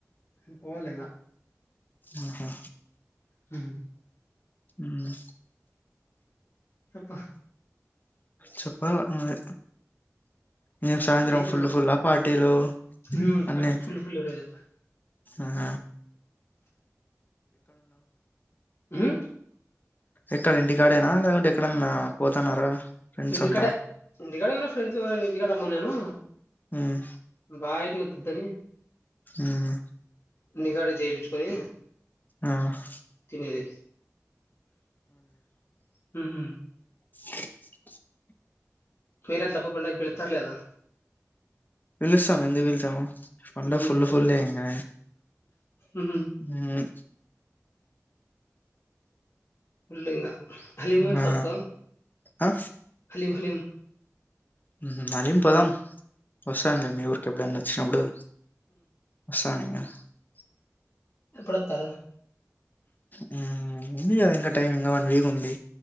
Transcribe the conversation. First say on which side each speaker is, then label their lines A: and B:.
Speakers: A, on the left (about 50°); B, on the left (about 35°).
A: హు పోవాలింగ
B: ఆహ
A: హు
B: మ్మ్
A: చెప్ప
B: చప్పల నువ్వె నిన్ సాయంత్రం
A: ఏం
B: ఫుల్
A: లేదు
B: ఫుల్ ఆ పార్టీలు
A: హ్మ్ ఫార్టీ
B: అన్ని
A: ఫుల్ ఫుల్ ఈరోజు
B: ఆహ
A: హు
B: ఎక్కడ ఇంటికాడేన లేకుంటె ఎక్కడన్నా పోతన్నారా ఫ్రెండ్స్
A: ఇంటిఖడె
B: అంతా
A: ఇంటికాడె గూడ ఫ్రెండ్స్ గూడ ఇంటికాడ రమ్మన్నేను
B: మ్మ్
A: బాయైటికొద్ వద్దని
B: హుమ్
A: ఇంటికాడ చేపిచ్చుకొనీ
B: ఆహ్
A: తినేదె హు హుమ్
B: ఏదో మ్యూజిక్ ఉంది అర్థం కాలేదు
A: మీరెట్లబ్బ పండక్కి పిలుత్తరా లేదా
B: పిలుస్తామ్ ఎందుకు పిల్చము, పండగ
A: ఉమ్,
B: ఫుల్
A: అదే
B: ఫుల్ యె ఇంగ
A: ఉహు.
B: హుమ్
A: పుల్లింగా <unintelligible>
B: ఆ ఆ
A: హలిమ్ హలిమ్
B: హు హలీమ్ పోదాం వస్తాన్లె, మీ ఊరికి ఎప్పుడన్న వచ్చినప్పుడు వస్తానింగ గప్ చిప్
A: ఎప్పుడొత్తారు
B: హుమ్ ఉంది గద, యింక టైమ్ యింక వన్ వీక్ ఉంది.